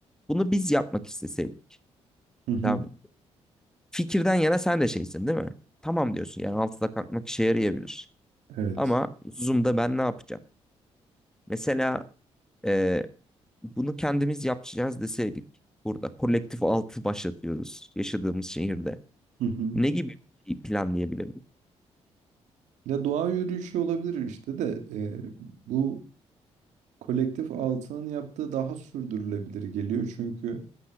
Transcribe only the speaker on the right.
Hı hı.
Evet.
Hı hı.
Ya doğa yürüyüşü olabilir işte de e, bu kolektif altının yaptığı daha sürdürülebilir geliyor çünkü